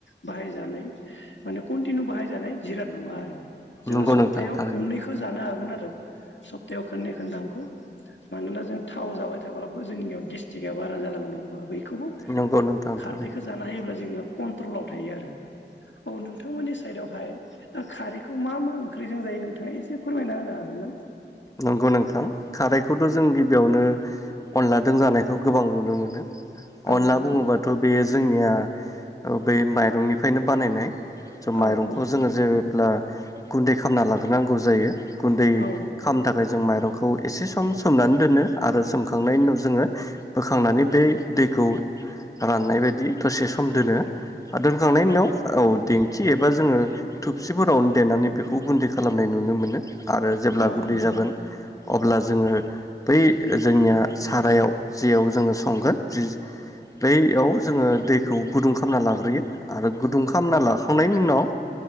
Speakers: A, on the left (about 85°); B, on the left (about 20°).
A: बाहायजानाय माने कन्टिनिउ बाहायजानाय जिराद नङा आरो जोङो
B: नंगौ
A: सप्तायाव
B: नोंथां थारैनो
A: खननैखो जानो हाग गोन आरो स्पतायाव खोननै खोनथामखौ मानोना जों थाव जाबाय थाब्लाबो जोंनियाव गेस्टीकआ बारा जलांगोन नङा होमबा बैखौ
B: नंगौ नोंथां
A: खारदैखो
B: थारैनो
A: जाना होयोब्ला जोंनिया कन्ट्रलाव थायो आरो औ नोंथांमोननि साइदावहाय खारैखौ मा मा ओंख्रिजों जायो नोंथाङा एसे फोरमायना होनो हागोन ना
B: नंगौ नोंथां खारैखौथ' जों गिबियावनो अनलादों जानायखौ गोबां नुनो मोनो
A: औ
B: अनला
A: औ नंगौ
B: बुङोबाथ' बे जोंनिया ओ बे माइरंनिफायनो बानायनाय स' माइरंखौ
A: औ औ
B: जोङो जे ब्ला गुन्दै खामना लाग्रोनांगौ जायो गुन्दै
A: औ
B: खालामनो थाखाय जों माइरंखौ एसे सम सोमनानै दोन आरो सोमखांनायनि उनाव जोङो बोखांनानै बै दैखौ राननाय बायदि दसे सम दोनो आरो दोनखांनायनि उनाव
A: औ
B: औे दिं खि एबा जोङो थुबसिफोरावनो देनानै बेखौ गुन्दै खालामनाय नुनो मोनो आरो जेब्ला
A: औ
B: दै
A: नंगौ
B: जागोन अब्ला जोङो बै जोंनिया सारायाव जेयाव जोङो संगोन जि बैयाव जोङो दैखौ गुदुं खामना लाग्रोयो आरो गुदुं खामना लाखांनायनि उनाव